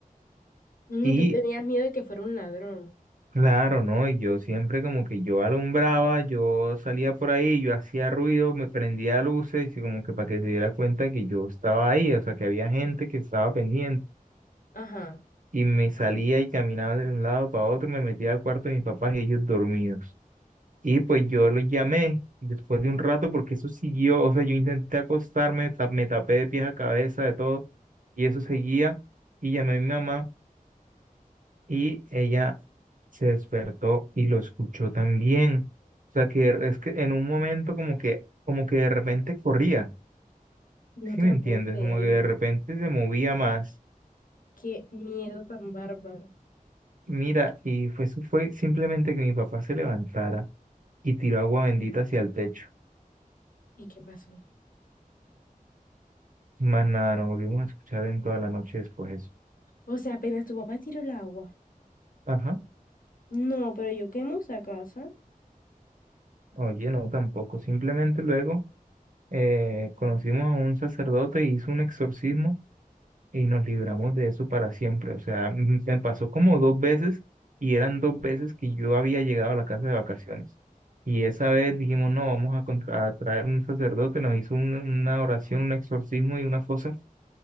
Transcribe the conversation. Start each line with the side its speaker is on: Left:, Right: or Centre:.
Left: Mm,
Right: Y
Left: tú tenías miedo de que fuera un ladrón.
Right: claro, ¿no? Y yo siempre como que yo alumbraba, yo salía por ahí, yo hacía ruido, me prendía luces y como que para que se diera cuenta que yo estaba ahí, o sea, que había gente que estaba pendiente.
Left: Ajá.
Right: Y me salía y caminaba de un lado para otro, me metía al cuarto de mis papás y ellos dormidos. Y pues yo lo llamé después de un rato porque eso siguió, o sea, yo intenté acostarme, ta- me tapé de pies a cabeza, de todo, y eso seguía. Y llamé a mi mamá y ella se despertó y lo escuchó también. O sea, que er, es que en un momento como que, como que de repente corría,
Left: No
Right: ¿sí
Left: te
Right: me
Left: lo
Right: entiendes?
Left: puedo creer.
Right: Como que de repente se movía más.
Left: Qué miedo tan bárbaro.
Right: Mira, y fue, eso fue simplemente que mi papá se levantara y tiró agua bendita hacia el techo.
Left: ¿Y qué pasó?
Right: Más nada, no volvimos a escuchar en toda la noche después eso.
Left: O sea, apenas tu papá tiró el agua.
Right: Ajá.
Left: No, pero yo quemo esa casa.
Right: Oye, no, tampoco. Simplemente luego eh, conocimos a un sacerdote, hizo un exorcismo y nos libramos de eso para siempre. O sea, m- me pasó como dos veces y eran dos veces que yo había llegado a la casa de vacaciones. Y esa vez dijimos, no, vamos a, contra- a traer un sacerdote, nos hizo un- una oración, un exorcismo y una cosa.